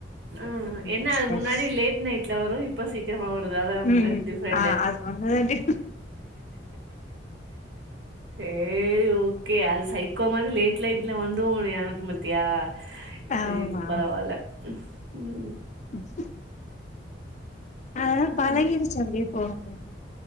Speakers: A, on the right; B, on the left.
A: ம் என்ன
B: எஸ்
A: அது முன்னாடி
B: எஸ்
A: லேட் நைட்ல வரு இப்ப சி க்கிரமா வருது அதா
B: ம்
A: அ டிஃப்ரண்ட்டே
B: ஆ அது ஒன்னுதா டி
A: சே ரி ஓகே அது சைக்கோ மாதிரி லேட் லைட்ல வந்து உன்னைய அனுப்பு பத்தியா அது
B: ஆமா
A: இப்ப பரவால்ல ம் ம்
B: ம் க்கு அதெல்லா
A: ஆ
B: பழகிறிச்சு அப்டியே போக போக